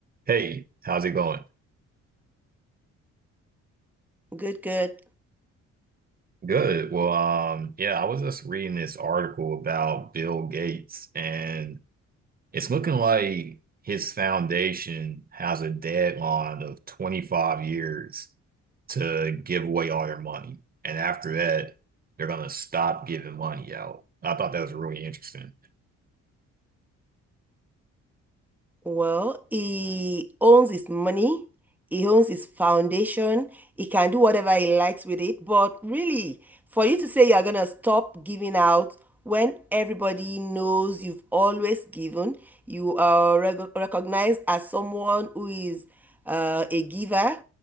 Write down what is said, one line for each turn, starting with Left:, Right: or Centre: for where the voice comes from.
Right: Hey, how's it going?
Centre: Good, good.
Right: Good. Well, um, yeah, I was just reading this article about Bill Gates, and it's looking like his foundation has a deadline of 25 years to give away all their money. And after that, they're gonna stop giving money out. I thought that was really interesting.
Centre: Well, he owns his money, he owns his foundation, he can do whatever he likes with it. But really, for you to say you're gonna stop giving out when everybody knows you've always given, you are reg- recognized as someone who is uh, a giver.